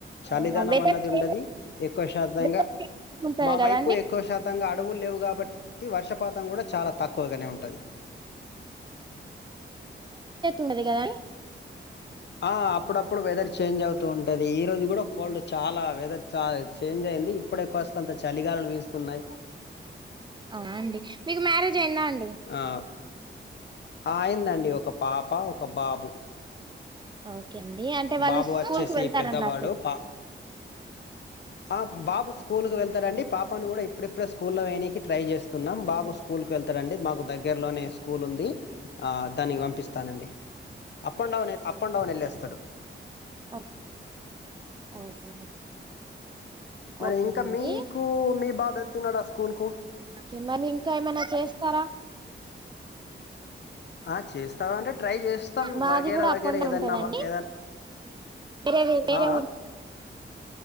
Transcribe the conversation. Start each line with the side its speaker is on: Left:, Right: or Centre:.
Left: చలిదానం
Right: అవునా వెదర్
Left: అన్నది
Right: చేంజ్
Left: ఉండది ఎక్కువ శాతంగా
Right: వెదర్ చేంజ్ ఉంటది
Left: మా
Right: కదండి.
Left: వైపు ఎక్కువ శాతంగా ఆ అడవు లేవు కాబట్టి ఇ వర్షపాతం కూడా చాలా తక్కువగానే ఉంటది
Right: ఉండది కదా
Left: ఆ అప్పుడప్పుడు వెదర్ చేంజ్ అవుతూ ఉంటది ఈ రోజు కూడా కోల్డ్ చాలా వెదర్ చ చేంజ్ అయింది ఇప్పుడే కాస్త అంత చలి గాలులు వీస్తున్నాయి
Right: అవ్వండి మీకు మ్యారేజ్ చెందా అండి
Left: ఆ అయిందండి ఒక పాప ఒక బాబు
Right: అవు ఓకే అండి అంటే వాళ్ళు
Left: బాబు
Right: స్కూల్
Left: వచ్చేసి
Right: కి వెళ్తారు
Left: పెద్దవాడు.
Right: అన్నట్టు
Left: పా ఆ బాబు స్కూల్కి వెళ్తాడండి పాపను కూడా ఇప్పుడిప్పుడే స్కూల్లో వేనికి ట్రై చేస్తున్నాం బాబు స్కూల్కి వెళ్తాడుండి మాకు దగ్గరలోనే స్కూల్ ఉంది ఆ దానికి పంపిస్తానండి up and down up and down వెళ్ళేస్తాడు
Right: ఓ ఓకే
Left: మరి
Right: ఓకే
Left: ఇంకా
Right: అండి
Left: మీకు మీ బాబ ఉన్నాడా స్కూలుకు
Right: కే మరి ఇంకా ఏమైనా చేస్తారా
Left: ఆ చేస్తావాంటే ట్రై చేస్తాం
Right: మాది
Left: వగైర
Right: కూడా
Left: వగేర
Right: అప్ అండ్ డౌన్
Left: ఏదన్నా
Right: ఉంటదండి
Left: ఏదన్నా
Right: వేరే వేరే
Left: ఆ ఆ